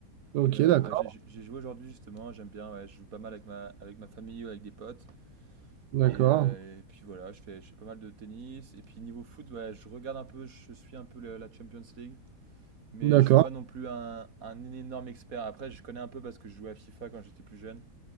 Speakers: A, on the right; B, on the right.
A: Ok,
B: Et euh,
A: d'accord,
B: bah, j'ai j'ai joué aujourd'hui justement, j'aime bien, ouais, je joue pas mal avec ma, avec ma famille ou avec des potes.
A: d'accord,
B: Et, euh, et puis voilà, je fais, je fais pas mal de tennis. Et puis niveau foot, ouais, je regarde un peu, je suis un peu le- la Champions League. Mais
A: d'accord,
B: je suis pas non plus un, un énorme expert. Après, je connais un peu parce que je jouais à FIFA quand j'étais plus jeune.